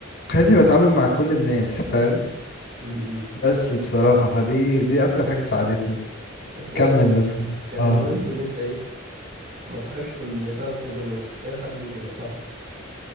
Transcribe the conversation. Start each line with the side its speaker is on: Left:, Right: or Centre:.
Left: خلتني بتعامل مع كل الناس فاهم
Right: -م -م.
Left: بس بصراحة فدي دي أكتر حاجة ساعدتني
Right: بس آه،
Left: كمل بس
Right: كان
Left: اه
Right: المهم ان انت ايه ما تصاحبش كل الناس اعرف كل الناس مش اي حد يبقى صاحبك